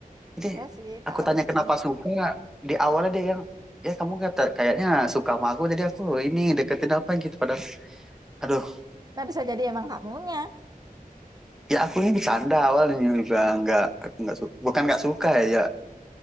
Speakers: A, in the centre; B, on the right (about 25°).
A: Jadi
B: Iya sih,
A: aku
B: tahu
A: tanya
B: sih.
A: kenapa suka di awalnya dia yang ya kamu kata kayaknya suka sama aku jadi aku ini deketin apa gitu padahal aduh
B: Nah bisa jadi emang kamunya.
A: ya aku ini bercanda awalnya juga nggak aku nggak suka bukan nggak suka ya ya